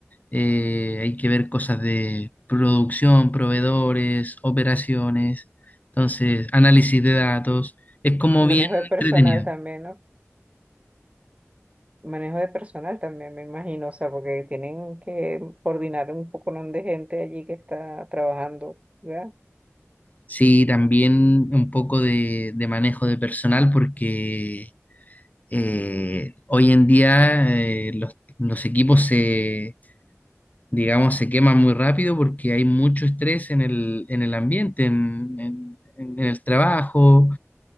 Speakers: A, on the left; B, on the right.
A: eh, hay que ver cosas de producción, proveedores, operaciones, entonces análisis de datos, es como
B: Manejo
A: bien
B: de personal
A: entretenido.
B: también, ¿no? Manejo de personal también, me imagino, o sea, porque tienen que coordinar un poco ¿no? de gente allí que está trabajando, ¿verdad?
A: Sí, también un poco de, de manejo de personal porque eh, hoy en día eh, los, los equipos se, digamos, se queman muy rápido porque hay mucho estrés en el, en el ambiente, en, en en el trabajo,